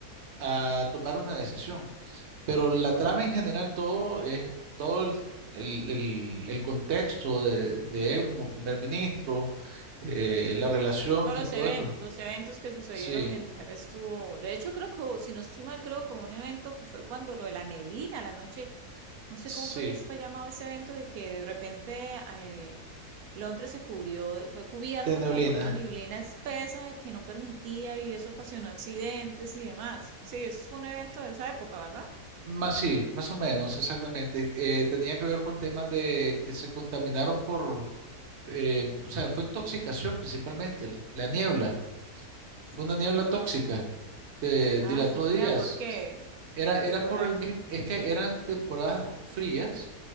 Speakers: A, on the right; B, on the right.
A: a tomar una decisión. Pero la trama en general, todo es, todo el, el- el- el contexto de, de él como primer ministro, eh, la relación
B: Todos los,
A: y todo
B: even-
A: esto.
B: los eventos que sucedieron
A: Sí,
B: mientras él estuvo. De hecho, creo que, hubo- si no estoy mal, creo que hubo un evento que fue cuando lo de la neblina, la noche, no sé
A: sí,
B: cómo fue que fue llamado ese evento, de que de repente eh, Londres se cubrió, fue cubierta
A: de neblina.
B: como por una neblina espesa de que no permitía y eso ocasionó accidentes y demás. Sí, es un evento de esa época, ¿verdad?
A: Más, sí, más o menos, exactamente. Eh, tenía que ver con temas de que se contaminaron por, eh, o sea, fue intoxicación principalmente, el- la niebla. Fue una niebla tóxica que
B: Ah,
A: dilató
B: fue creada
A: días.
B: porque,
A: Era, era por
B: por algo.
A: el mismo, es que eran temporadas frías,